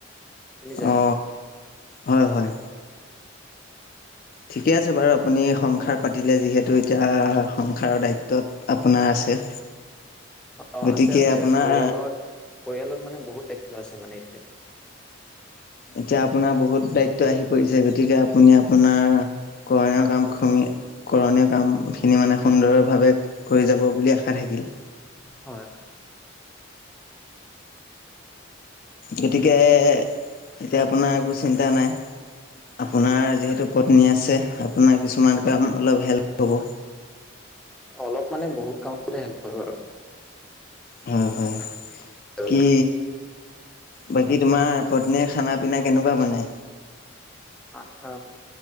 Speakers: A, in the centre; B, on the left.
A: শুনিছে
B: অ। হয় হয়। ঠিকে আছে বাৰু আপুনি সংসাৰ পাতিলে যিহেতু এতিয়া সংসাৰৰ দায়িত্বত আপোনাৰ আছে।
A: অ
B: গতিকে
A: আছে আছে
B: আপোনাৰ
A: পৰিয়ালত পৰিয়ালত মানে বহুত দায়িত্ব আছে মানে এতিয়া।
B: এতিয়া আপোনাৰ বহুত দায়িত্ব আহি পৰিছে গতিকে আপুনি আপোনাৰ কইনে কাম খাঙ কৰণীয় কাম খিনি মানে সুন্দৰভাৱে কৰি যাব বুলি আশা থাকিল।
A: হয় হয়।
B: গতিকে এতিয়া আপোনাৰ একো চিন্তা নাই। আপোনাৰ যিহেতু
A: হয়
B: পত্নী আছে আপোনাৰ কিছুমান কাম অলপ হেল্প পাব।
A: অলপ মানে বহুত কামতে হেল্প হয় বাৰু।
B: হয় হয়
A: তেওঁলে
B: কি বাকী তোমাৰ পত্নীয়ে খানা পিনা কেনেকোৱা বনাই?
A: অ অ